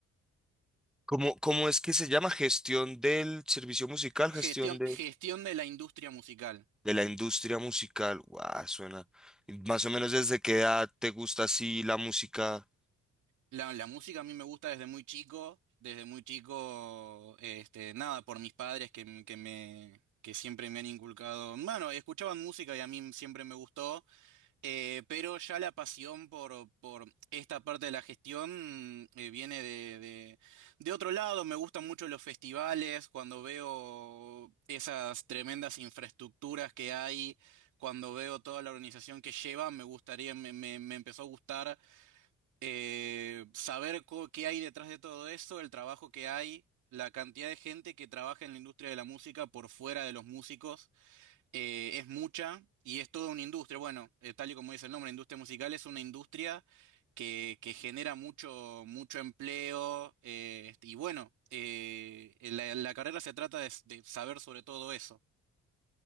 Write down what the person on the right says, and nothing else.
Gestión,
gestión de la industria musical.
La, la música a mí me gusta desde muy chico, desde muy chico, este, nada, por mis padres que, m- que me... que siempre me han inculcado, bueno, escuchaban música y a mí siempre me gustó, Eh, pero ya la pasión por, por esta parte de la gestión eh, viene de, de, de otro lado. Me gustan mucho los festivales, cuando veo esas tremendas infraestructuras que hay, cuando veo toda la organización que lleva, me gustaría, me, me- me empezó a gustar eh, saber co- qué hay detrás de todo eso, el trabajo que hay, la cantidad de gente que trabaja en la industria de la música por fuera de los músicos eh, es mucha y es toda una industria. Bueno, eh, tal y como dice el nombre, industria musical es una industria que, que genera mucho, mucho empleo eh, este, y bueno, eh, la, la carrera se trata de, s- de saber sobre todo eso.